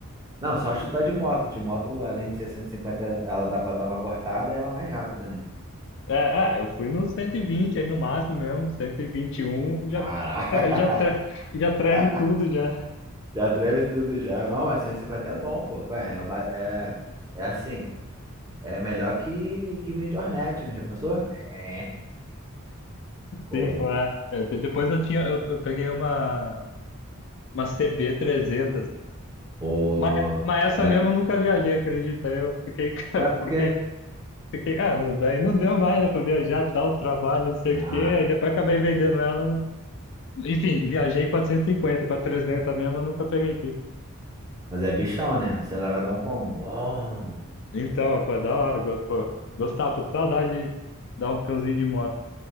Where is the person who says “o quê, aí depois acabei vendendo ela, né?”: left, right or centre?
Left